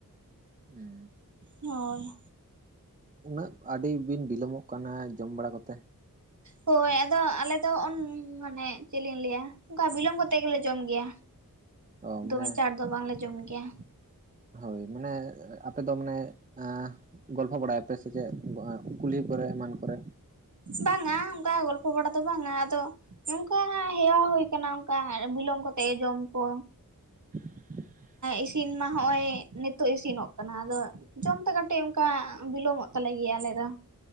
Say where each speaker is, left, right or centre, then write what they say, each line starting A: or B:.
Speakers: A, on the right; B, on the right.
A: ᱦᱮᱸᱻ
B: ᱦᱳᱭᱻ
A: ᱩᱱᱟᱹᱜ ᱟᱹᱰᱤ ᱵᱤᱱ ᱵᱤᱞᱚᱢᱚᱜ ᱠᱟᱱᱟ ᱡᱚᱢ ᱵᱟᱲᱟ ᱠᱚᱛᱮ᱾
B: ᱦᱳᱭ ᱟᱫᱚ ᱟᱞᱮ ᱫᱚ ᱩᱸᱻ ᱢᱟᱱᱮ ᱪᱮᱫ ᱞᱤᱧ ᱞᱟᱹᱭᱟ ᱚᱱᱠᱟ ᱵᱤᱞᱚᱢ ᱠᱟᱛᱮ ᱜᱮᱞᱮ ᱡᱚᱢ ᱜᱮᱭᱟ᱾
A: ᱚ
B: ᱫᱚᱢᱮ
A: ᱢᱟᱱᱮ
B: ᱪᱟᱲ ᱫᱚ ᱵᱟᱝᱞᱮ ᱡᱚᱢ ᱜᱮᱭᱟ᱾
A: ᱦᱳᱭ ᱢᱟᱱᱮᱻ ᱟᱯᱮᱫᱚ ᱢᱟᱱᱮ ᱮᱸᱻ ᱜᱚᱞᱯᱷᱚ ᱵᱟᱲᱟᱭᱟᱯᱮ ᱥᱮᱪᱮᱫ ᱠᱩᱞᱦᱤ ᱠᱚᱨᱮ ᱮᱢᱟᱱ ᱠᱚᱨᱮ?
B: ᱵᱟᱝᱼᱟ, ᱚᱱᱠᱟ ᱜᱚᱞᱯᱚ ᱵᱟᱚᱲᱟ ᱫᱚ ᱵᱟᱝᱟ ᱟᱫᱚ ᱱᱚᱝᱠᱟ ᱦᱮᱣᱟ ᱦᱩᱭ ᱠᱟᱱᱟ ᱚᱱᱠᱟ ᱵᱤᱞᱚᱢ ᱠᱟᱛᱮᱜ ᱡᱚᱢ ᱠᱚ᱾
A: <inaudible>
B: ᱤᱥᱤᱱ ᱢᱟ ᱦᱚᱜᱼᱚᱭ ᱱᱤᱛᱚᱜ ᱤᱥᱤᱱᱚᱜ ᱠᱟᱱᱟ ᱟᱫᱚᱼᱼ ᱡᱚᱢᱛᱮ ᱠᱟᱹᱴᱤᱡ ᱚᱱᱠᱟ ᱵᱤᱞᱚᱢᱚᱜ ᱛᱟᱞᱮ ᱜᱮᱭᱟ ᱟᱞᱮ ᱫᱚ᱾